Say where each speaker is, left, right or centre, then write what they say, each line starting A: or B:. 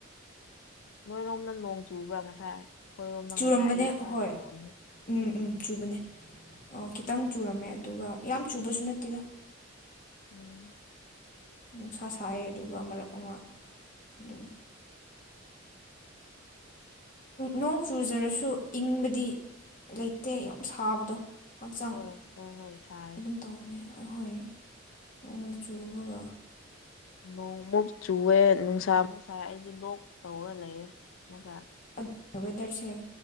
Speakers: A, on the left (about 80°); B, on the left (about 40°).
A: ꯅꯣꯏꯔꯣꯝꯅ ꯅꯣꯡ ꯆꯨꯕ꯭ꯔꯥ ꯉꯁꯥꯏ ꯑꯩꯈꯣꯏꯔꯣꯝꯗ
B: ꯆꯨꯔꯝꯕꯅꯦ
A: ꯉꯁꯥꯏ ꯑꯌꯨꯛ ꯈꯔ
B: ꯍꯣꯏ
A: ꯆꯨꯔꯝꯃꯦ
B: ꯎꯝ ꯎꯝ ꯆꯨꯕꯅꯦ ꯑꯣ ꯈꯤꯇꯪ ꯆꯨꯔꯝꯃꯦ ꯑꯗꯨꯒ ꯌꯥꯝ ꯆꯨꯕꯁꯨ ꯅꯠꯇꯦꯗ
A: ꯎꯝ
B: ꯅꯨꯡꯁꯥ ꯁꯥꯏ ꯑꯗꯨꯒ ꯃꯔꯛ ꯑꯃ ꯑꯗꯨꯝ ꯅꯣꯡ ꯆꯨꯖꯔꯁꯨ ꯏꯪꯕꯗꯤ ꯂꯩꯇꯦ ꯌꯥꯝ ꯁꯥꯕꯗꯣ ꯍꯛꯆꯥꯡ
A: ꯍꯣꯏ ꯍꯣꯏ ꯍꯣꯏ ꯁꯥꯏꯌꯦ
B: ꯑꯗꯨꯝ ꯇꯧꯕꯅꯦ ꯑꯩꯈꯣꯏ ꯅꯣꯡꯗ ꯆꯨꯕꯒ
A: ꯅꯣꯡꯃꯨꯛ ꯆꯨꯑꯦ ꯅꯨꯡꯁꯥ ꯃꯨꯛꯁꯥꯏ ꯑꯩꯁꯦ ꯂꯣꯛ ꯇꯧꯔ ꯂꯩꯔꯦꯒꯥ
B: ꯑꯗꯨ ꯋꯦꯗꯔꯁꯦ